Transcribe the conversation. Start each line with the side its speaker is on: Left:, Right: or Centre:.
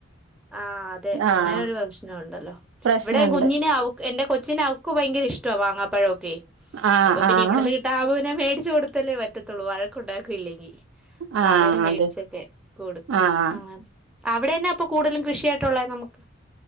Centre: ആ അതെ അങ്ങനെ
Right: ആഹ്
Centre: ഒരു പ്രശ്ന ഉണ്ടല്ലോ
Right: പ്രശ്നണ്ട്
Centre: ഇവിടെ കുഞ്ഞിനെ ആ എൻ്റെ കൊച്ചിനന് അവർക്ക് ഭയങ്കര ഇഷ്ടമാണ് മാങ്ങാപ്പഴമൊക്കെ
Right: ആഹ്
Centre: അപ്പൊ പിന്നെ
Right: ആഹ്
Centre: ഇവിടുന്ന് കിട്ടാ ആവു ബോ മേടി കു കൊടുത്തല്ലേ പറ്റത്തുള്ളൂ വഴക്ക ഉണ്ടാക്കൂയില്ലെങ്കിൽ
Right: ആഹ്
Centre: പകര മേടിച്ചൊക്കെ
Right: അതെ
Centre: കൊടുക്കും
Right: ആഹ്
Centre: അങ്ങന അവിടെ തന്നെ ഇപ്പൊ കൂടുതലും കൃഷിയായിട്ടുള്ളത് നമുക്ക്